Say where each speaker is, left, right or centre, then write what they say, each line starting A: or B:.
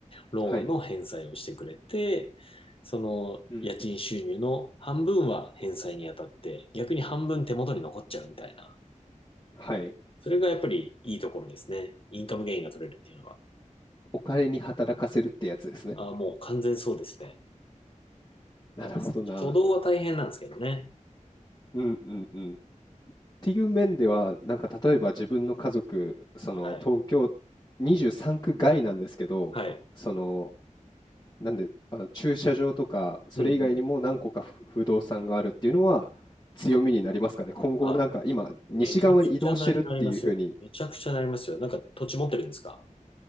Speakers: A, on the left; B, on the left.
A: ローンの返済をしてくれて、
B: はい。
A: その家賃収入の半分は返済に当たって、
B: うん。
A: 逆に半分手元に残っちゃうみたいな。
B: はい。
A: それがやっぱりいいところですね。インカムゲインが取れるっていうのは。
B: お金に働かせるってやつですね。
A: ああ、もう完全そうですね。
B: <laughs> なるほどな。
A: なんです。初動は大変なんですけどね。
B: うんうんうん。っていう面では、なんか例えば自分の家族、その東京23区外なんですけど、
A: はい。はい。
B: その、なんで、あの駐車場とか、それ以外にも何個か不不動産があるっていうのは強みになりますかね。
A: うんうん。
B: 今後なんか今、
A: あ、めちゃくちゃなり、
B: 西側に移動してるっていうふうに、
A: ますよ。めちゃくちゃなりますよ。なんか土地持ってるんですか